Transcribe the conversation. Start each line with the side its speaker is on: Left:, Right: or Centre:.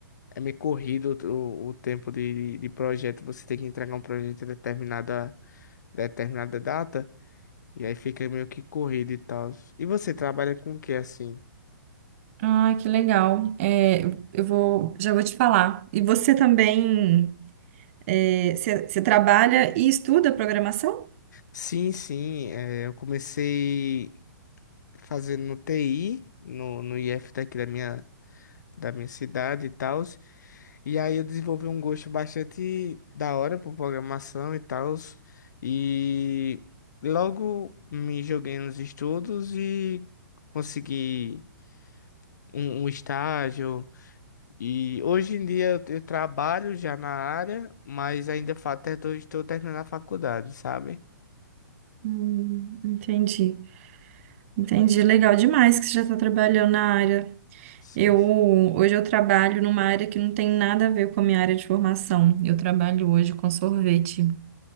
Left: é meio corrido o, o o tempo de, de projeto. Você tem que entregar um projeto em determinada, determinada data, e aí fica meio que corrido e tal. E você trabalha com o que assim?
Right: Ah, que legal. É, eu vou, já vou te falar. E você também, é, você você trabalha e estuda programação?
Left: Sim, sim, é, eu comecei fazendo TI no, no IF daqui da minha, da minha cidade e tal, e aí eu desenvolvi um gosto bastante da hora por programação e tal, e logo me joguei nos estudos e consegui um, um estágio, e hoje em dia eu, eu trabalho já na área, mas ainda fa- até tô- estou terminando a faculdade, sabe?
Right: Hum, entendi, entendi. Legal demais que você já está trabalhando na área.
Left: Sim,
Right: Eu hoje eu trabalho numa área que não tem nada a ver com a minha área de formação. Eu trabalho hoje com sorvete.